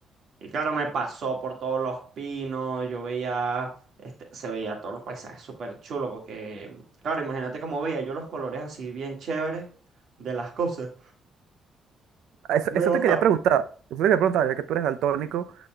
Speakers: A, on the right; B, on the right.
A: Y claro, me pasó por todos los pinos, yo veía, este, se veía todos los paisajes súper chulos, porque, claro, imagínate cómo veía yo los colores así bien chéveres de las cosas.
B: Eso,
A: Me
B: eso
A: bajaba.
B: te quería preguntar, eso te quería preguntar, ya que tú eres daltónico,